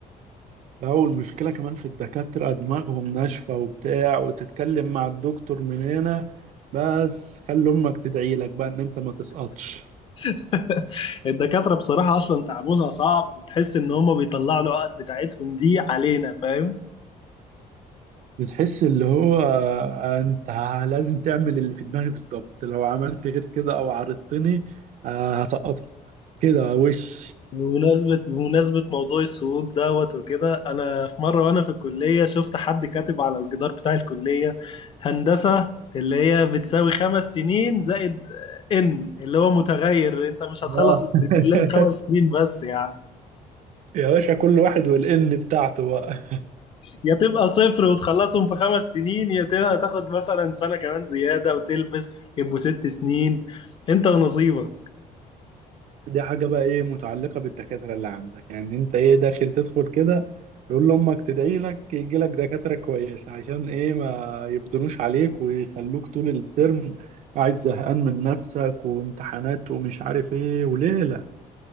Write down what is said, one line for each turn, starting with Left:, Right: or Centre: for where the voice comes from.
Right: لا والمشكلة كمان في الدكاترة دماغهم ناشفة وبتاع وتتكلم مع الدكتور من هنا بس خلي أمك تدعي لك بقى إن أنت ما تسقطش
Left: <laughs> الدكاترة بصراحة أصلا تعاملها صعب تحس إن هما بيطلعوا العقد بتاعتهم دي علينا فاهم
Right: بتحس اللي هو أنت لازم تعمل اللي في دماغي بالظبط لو عملت غير كده أو عارضتني آه، هسقطك كده وش
Left: بمناسبة بمناسبة موضوع الصعود دوت وكده أنا في مرة وأنا في الكلية شفت حد كاتب على الجدار بتاع الكلية هندسة اللي هي بتساوي خمس سنين زائد إن اللي هو متغير أنت مش
Right: آه.
Left: هتخلص
Right: <laughs>
Left: الكلية في خمس سنين بس يعني
Right: يا باشا كل واحد والإن بتاعته بقى
Left: يا تبقى صفر وتخلصهم في خمس سنين يا تبقى تاخد مثلا سنة كمان زيادة وتلبس يبقوا ست سنين أنت ونصيبك
Right: دي حاجة بقى ايه متعلقة بالدكاترة اللي عندك يعني انت ايه داخل تدخل كده تقول لأمك تدعي لك يجي لك دكاترة كويسة عشان ايه ما يبدنوش عليك ويخلوك طول الترم قاعد زهقان من نفسك وامتحانات ومش عارف ايه وليلة